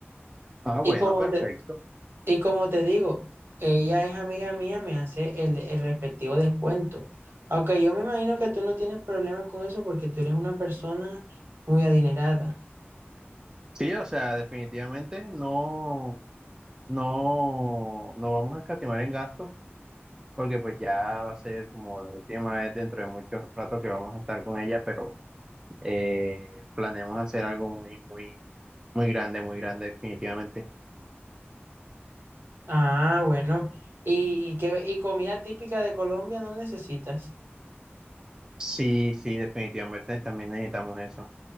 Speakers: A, on the right (about 15°); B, on the right (about 65°).
A: Ah, bueno,
B: Y como
A: perfecto.
B: te, y como te digo, ella es amiga mía, me hace el, el respectivo descuento. Aunque yo me imagino que tú no tienes problemas con eso porque tú eres una persona muy adinerada.
A: Sí, o sea, definitivamente no, no, no vamos a escatimar en gastos, porque pues ya va a ser como la última vez dentro de mucho rato que vamos a estar con ella, pero eh, planeamos hacer algo muy, muy, muy grande, muy grande, definitivamente.
B: Ah, bueno. ¿Y qué, y comida típica de Colombia no necesitas?
A: Sí, sí, definitivamente también necesitamos eso.